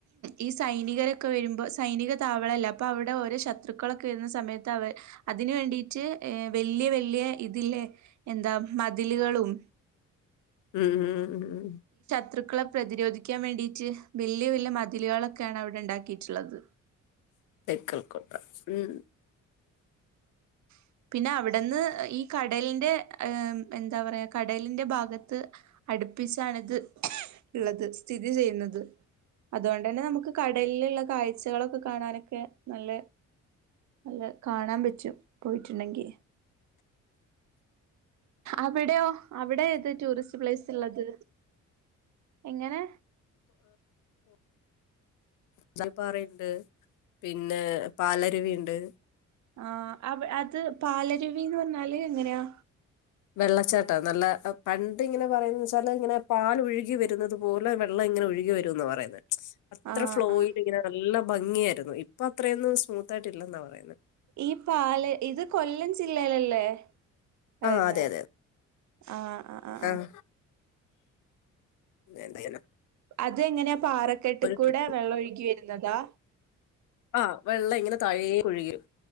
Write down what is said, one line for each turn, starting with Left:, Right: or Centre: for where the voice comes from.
Right: ഈ സൈനികരൊക്കെ വരുമ്പോ സൈനിക താവളല്ല അപ്പൊ അവിടെ ഓരോ ശത്രുക്കളൊക്കെ സമയത്ത് അതിനന് വേണ്ടീട്ട് വലിയ വലിയ ഇതില്ലേ എന്താ മതിൽ ും
Left: ഉം ഉം ഉ ഉ
Right: ശത്രുക്കളെ പ്രതിരോധിക്കാൻ വേണ്ടിട്ട് വലിയ വലിയ മതിലുകളൊക്കെയാണ് അവിടെ ഉണ്ടാക്കിയിട്ടുള്ളത്
Left: ക്കൽക്കട്ട ഉം
Right: ആ പിന്നെ അവിടുന്ന് ഈ കടലിന്റെ എന്താ പറയാ കടലിന്റെ ഭാഗത്ത് അടുപ്പിച്ചാണ്ിത് ഉള്ളത് സ്ഥിതി ചെയ്യുന്നത് അതുകൊണ്ട് തന്നെ നമുക്ക് കടലിലുള്ള കാഴ്ചകളൊക്കെ കാണാനൊക്കെ നല്ല അല്ല കാണാൻ പറ്റും പോയിട്ടുണ്ടെങ്കി അവിടെയോ അവിടെ ഏത് ടൂറിസ്റ്റ് പ്ലേസ് ഉള്ളത് എങ്ങനെ
Left: കന്തൽപ്പാറയുണ്ട് പിന്നെ പാലരുവിുണ്ട്
Right: ആഹ അ അത് പാലരുവിന്ന് പറഞ്ഞാല് എങ്ങനെയാ
Left: വെള്ളച്ചാട്ടാ നല്ല പണ്ട് ഇങ്ങനെ പറയ വച്ചാല് ഇങ്ങനെ പാാലൊഴുകി വരുന്നത് പോലെ വെള്ളം ങ്ങന ഒഴെ വരുമ എന്നന്ന് പറയുന്നത് അത്ര
Right: ആ
Left: ഫ്ലോയിൽ
Right: ആ
Left: ഇങ്ങനെ നല്ല ഭംഗിയായിരുന്നു ഇപ്പ അത്രയൊന്നും സ്മൂത്ത്ായിട്ടില്ലെന്നാ പറയുന്നത്
Right: ഈ പാല ഇത് കൊല്ലം ജില്ലയിലല്ലേ പറയുന്നേ
Left: ആഹ അതെ അതെെ
Right: ആ ആ ആ ആ
Left: ആഹ എന്തയന
Right: അത എങ്ങനെയാ പാറക്കെട്ടിൽ കൂടെ
Left: ട്രിപ്പ്
Right: വെള്ളമ ഒഴുകി വരുന്നതാ
Left: ആഹ വെള്ളം ഇങ്ങനെ തഴയ ഒഴുകും